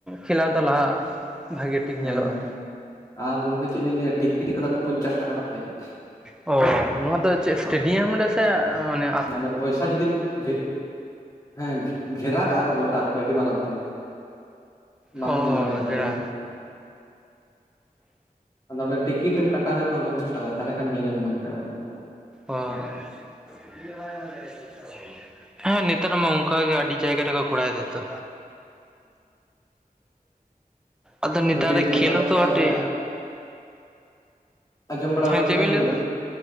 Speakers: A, in the centre; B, on the left.
A: ᱠᱷᱮᱞᱟᱣ ᱫᱚ ᱞᱟᱦᱟᱜᱼᱟ᱾ ᱵᱷᱟᱜᱮ ᱴᱷᱤᱠ
B: ᱦᱮᱸ
A: ᱧᱮᱞᱚᱜᱼᱟ ᱦᱟᱸ᱾
B: ᱟᱨ ᱜᱚᱝᱠᱮ ᱪᱮᱫ ᱞᱤᱧ ᱞᱟᱹᱭᱟ ᱴᱤᱠᱤᱴ ᱠᱟᱫᱟ ᱠᱚ ᱯᱚᱧᱪᱟᱥ ᱴᱟᱠᱟ ᱠᱟᱛᱮᱫ᱾
A: ᱚᱻ ᱱᱚᱣᱟ ᱫᱚ ᱪᱮᱫ ᱥᱴᱮᱰᱤᱭᱟᱢ ᱨᱮ ᱥᱮ ᱚᱱᱮ
B: ᱚᱸᱰᱮ ᱯᱚᱭᱥᱟ ᱡᱩᱫᱤᱢ ᱜᱦᱮ <inaudible> ᱦᱮᱸ ᱜᱷᱮᱨᱟᱣ ᱠᱟᱜᱼᱟ ᱠᱚ ᱜᱚᱴᱟ ᱟᱨᱠᱤ ᱟᱹᱰᱤ ᱢᱟᱨᱟᱝ ᱛᱮ᱾ ᱵᱟᱢ
A: ᱚ
B: ᱧᱮᱞ ᱫᱟᱲᱮᱜᱼᱟ ᱵᱟᱭᱨᱮ
A: ᱡᱮᱨᱟ
B: ᱠᱷᱚᱱᱟᱜ᱾ ᱟᱫᱚ ᱚᱱᱰᱮ ᱴᱤᱠᱤᱴ ᱮᱢ ᱠᱟᱴ <unintelligible> ᱯᱚᱧᱪᱟᱥ ᱴᱟᱠᱟ ᱛᱟᱦᱞᱮ ᱠᱷᱟᱱ ᱧᱮᱞᱮᱢ ᱧᱟᱢ ᱫᱟᱲᱮᱭᱟᱜ-ᱟ
A: ᱚ
B: ᱚᱱᱰᱮ᱾
A: <unintelligible> ᱦᱮᱸ ᱱᱮᱛᱟᱨ ᱢᱟ ᱚᱱᱠᱟᱜᱮ ᱟᱹᱰᱤ ᱡᱟᱭᱜᱟ ᱨᱮᱠᱚ ᱠᱚᱨᱟᱭ ᱫᱟ ᱛᱚ᱾ ᱟᱫᱚ ᱱᱮᱛᱟᱦᱮ
B: ᱟᱹᱰᱤ
A: <unintelligible>
B: ᱱᱟᱯᱟᱭ
A: ᱠᱷᱮᱞ ᱦᱚᱸ
B: ᱱᱟᱯᱟᱭ
A: ᱛᱚ ᱦᱟᱴ
B: ᱢᱟᱱᱮ
A: <unintelligible>
B: ᱟᱸᱡᱚᱢ ᱵᱟᱲᱟ
A: ᱦᱮᱸ
B: ᱦᱩᱭᱩᱜ
A: ᱪᱮᱫ
B: ᱠᱟᱱᱟ
A: ᱵᱤᱱ
B: ᱡᱮ,
A: ᱞᱟᱹᱭ ᱫᱟ